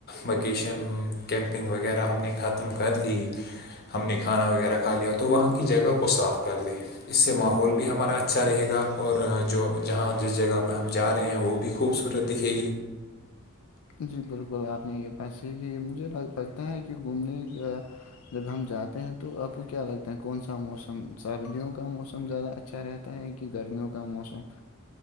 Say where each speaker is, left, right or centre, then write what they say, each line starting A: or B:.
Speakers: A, on the left; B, on the left.
A: وکیشن کیمپ کپنگ وغیرہ ہم نے ختم کر لی ہم نے کھانا وغیرہ کھا لیا تو وہاں کی جگہ کو صاف کر دی اس سے ماحول بھی ہمارا اچھا رہے گا اور جو جہاں جس جگہ پہ ہم جا رہے ہیں وہ بھی خوبصور دکھھیے
B: جی بالکل آپ نے یہ پس مجھے لگتا ہے کہ گھومنے کا جب ہم جاتے ہیں تو آپ کو کیا لگتا ہے کون سا موسم سردیوں کا موسم زیادہ اچھا رہتا تا ہے کہ گرمیوں کا موسم